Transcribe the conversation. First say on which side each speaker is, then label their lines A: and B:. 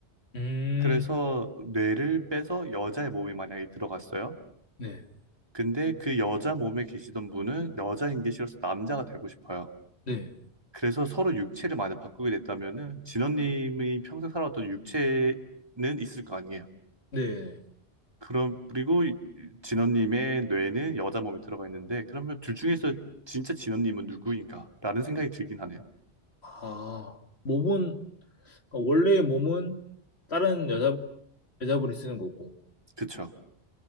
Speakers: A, on the left; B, on the right.
A: 음,
B: 그래서 뇌를 빼서 여자의 몸에 만약에 들어갔어요.
A: 네,
B: 근데 그 여자 몸에 계시던 분은 여자인 게 싫어서 남자가 되고 싶어요.
A: 네,
B: 그래서 서로 육체를 만약 바꾸게 됐다면은 진원님이 평생 살아왔던 육체는 있을 거 아니에요.
A: 네.
B: 그럼 그리고 이- 진원님의 뇌는 여자 몸이 들어가 있는데 그러면 둘 중에서 진짜 진원님은 누구인가라는 생각이 들긴 하네요.
A: 아, 몸은, 그러니까 원래의 몸은 다른 여자, 여자분이 쓰는 거고,
B: 그쵸?